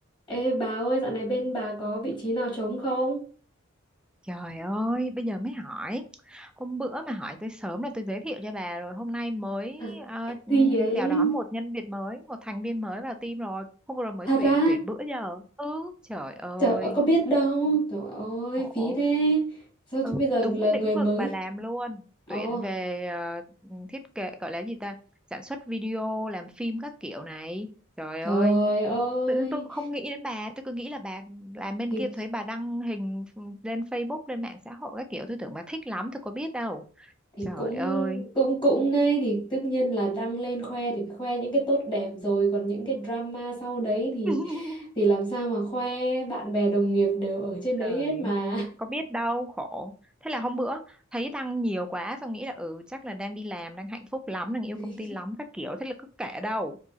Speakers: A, on the left (about 20°); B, in the centre.
A: Ê bà ơi, dạo này bên bà có vị trí nào trống không?
B: Trời ơi, bây giờ mới hỏi. Hôm bữa mà hỏi tôi sớm là tôi giới thiệu cho bà rồi. Hôm nay mới
A: <laughs>
B: ờ, ừm,
A: Gì vậy?
B: chào đón một nhân viên mới, một thành viên mới vào team rồi. Hôm vừa rồi mới
A: Thật
B: tuyển,
A: á?
B: tuyển bữa giờ. Ừ, trời ơi,
A: Trời ơi, có biết đâu. Trời ơi,
B: khổ
A: phí thế. Sao
B: ừ,
A: chứ bây giờ
B: đúng
A: là người
B: lĩnh vực
A: mới?
B: bà làm luôn tuyển
A: Ồ,
B: về ờ, thiết kế gọi là gì ta sản xuất video làm phim các kiểu này trời
A: trời
B: ơi
A: ơi.
B: tự nhiên tôi không nghĩ đến bà tôi cứ nghĩ là bà làm bên
A: Thì
B: kia thấy bà đăng hình lên Facebook lên mạng xã hội các kiểu tôi tưởng bà thích lắm tôi có biết đâu
A: thì
B: trời
A: cũng
B: ơi
A: cũng cũng đây thì tất nhiên là đăng lên khoe thì phải khoe những cái tốt đẹp rồi, còn những cái drama sau đấy thì
B: <laughs>
A: thì làm sao mà khoe bạn bè đồng nghiệp đều ở trên đấy
B: Trời
A: hết mà.
B: ơi, có biết đâu, khổ. Thế là hôm bữa thấy đăng nhiều quá xong nghĩ là ừ chắc là đang đi làm, đang hạnh phúc lắm, đang yêu
A: <laughs>
B: công ty lắm các kiểu, thế là cứ kể đâu.